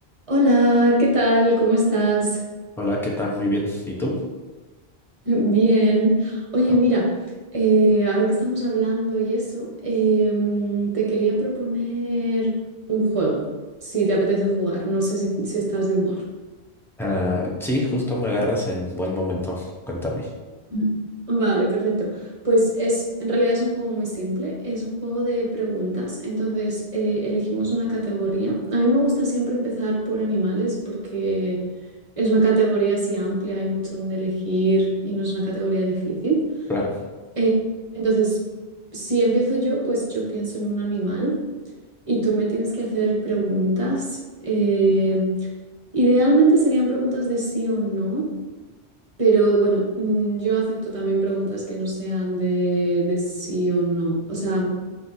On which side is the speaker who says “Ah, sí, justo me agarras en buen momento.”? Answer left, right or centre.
Centre